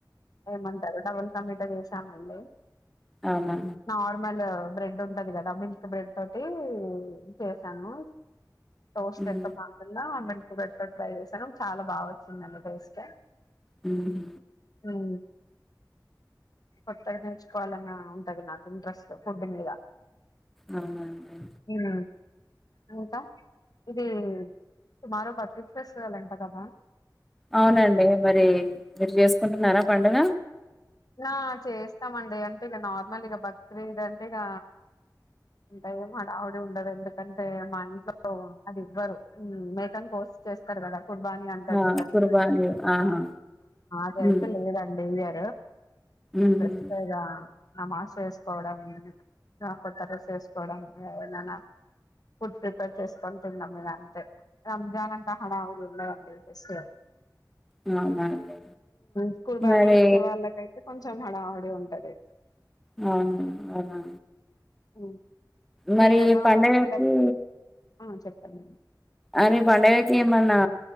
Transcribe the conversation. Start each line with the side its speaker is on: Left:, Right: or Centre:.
Left: ఏమంటారు డబుల్ కమిట చేసాం మళ్ళీ
Centre: అవునా
Left: నార్మలు బ్రెడ్ ఉంటది కదా మిల్క్ బ్రెడ్ తోటీ చేశాను సౌస్త
Centre: ఉమ్,
Left: ఎతప్ప అన్నినాఅంతా ఇప్పుడ ట్రై చేసాను చాలా బా వచ్చిందిన్న టేస్ట్
Centre: ఉమ్
Left: ఉమ్ కొత్తగా నేర్చుకోవాలన్నా ఉంటది నాకు ఇంట్రెస్ట్ ఫుడ్ మీద
Centre: అవునవునే
Left: ఉమ్, ఇంకా ఇది టుమారో బక్రీద్ ఫెస్టివల్ అంట కదా
Centre: అవునండి మరి మీరు చేసుకుంటున్నారా పండుగ
Left: నా చేస్తామండి అంటే ఇక నార్మల్ ఇక బక్రీద్ దంటే ఇక ఇంకా ఏమో హడావుడి ఉండదు ఎందుకంటే మా ఇంట్లో అది ఇవ్వరు మేకన్ కోస్ చేస్తారు కదా ఫుట్ బాని అంటాడు
Centre: ఆ
Left: చూడండి
Centre: కుర్బానీ ఆహా
Left: అది అయితే
Centre: ఉమ్,
Left: లేదండి ఇ యా
Centre: ఉమ్.
Left: బెస్తెగా నమాజ్ వేసుకోవడం ఇంకా కొత్త రెస్ వేసుకోవడం ఇంక ఏమైనా ఫుడ్ ప్రిపేర్ చేసుకొని తిన్డం ఇంకా అంతే రంజాన్ంతా హడావుడి ఉండదండి ఈ ఫెస్టివల్
Centre: అవునా అండి
Left: ఇకు బానే
Centre: మరి
Left: ఇచ్చే వాళ్ళయితే కొంచెం హడాహడి ఉంటది
Centre: అవును అవునా
Left: ఉమ్,
Centre: మరి
Left: మీరెలా
Centre: పండగకి
Left: సెలబ్రేట్ ఆ చప్పండి
Centre: అంటే పండగకి ఏమన్నా